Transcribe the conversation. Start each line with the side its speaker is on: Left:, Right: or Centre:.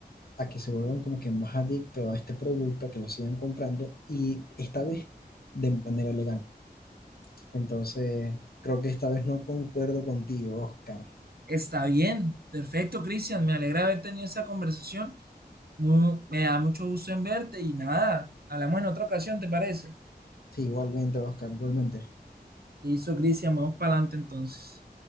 Left: a que se vuelvan como que más adictos a este producto, a que lo sigan comprando y esta vez de manera legal. Entonces, creo que esta vez no concuerdo contigo, Oscar.
Right: Está bien, perfecto, Cristian, me alegra haber tenido esta conversación. Mu- me da mucho gusto en verte y nada, hablamos en otra ocasión, ¿te parece?
Left: Sí, igualmente, Oscar, igualmente.
Right: Listo, Cristian, vamos para adelante entonces.